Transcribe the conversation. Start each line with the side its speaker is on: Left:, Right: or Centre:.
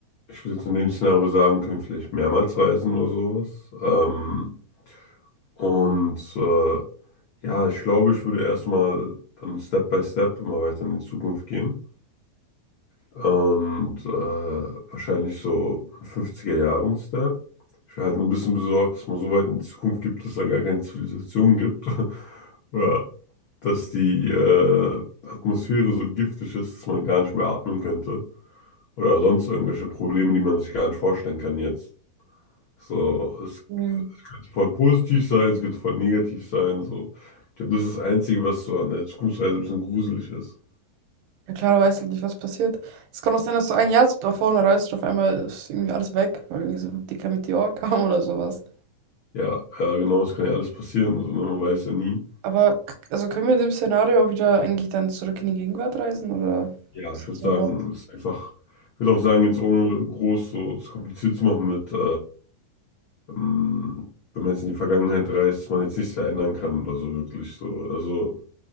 Left: ich würde jetzt in dem Szenario sagen, können wir vielleicht mehrmals reisen oder sowas. Ähm, Und äh, ja, ich glaube, ich würde erstmal dann Step by Step immer weiter in die Zukunft gehen. Und äh, wahrscheinlich so fünfziger Jahren Step. Ich wäre halt nur ein bisschen besorgt, dass man so weit in die Zukunft gibt, dass da gar keine Zivilisation gibt. <laughs> Oder dass die äh, Atmosphäre so giftig ist, dass man gar nicht mehr atmen könnte. Oder sonst irgendwelche Probleme, die man sich gar nicht vorstellen kann jetzt. So, es
Right: Hm.
Left: kann voll positiv sein, es kann voll negativ sein. So. Ich glaube, das ist das Einzige, was so an der Zukunftsreise ein bisschen gruselig ist.
Right: Ja, klar, du weißt halt nicht, was passiert. Es kann auch sein, dass du ein Jahr da vorne reist und auf einmal ist irgendwie alles weg, weil irgendwie so ein dicker Meteor <laughs> kam oder sowas.
Left: Ja, ja, genau, es kann ja alles passieren. Also, ne, man weiß ja nie.
Right: Aber k- also können wir in dem Szenario auch wieder eigentlich dann zurück in die Gegenwart reisen oder?
Left: Ja, ich würde
Right: So.
Left: sagen, es ist einfach, ich würde auch sagen, jetzt ohne groß so es kompliziert zu machen mit, äh, ähm, wenn man jetzt in die Vergangenheit reist, dass man jetzt nichts verändern kann oder so wirklich so. Also,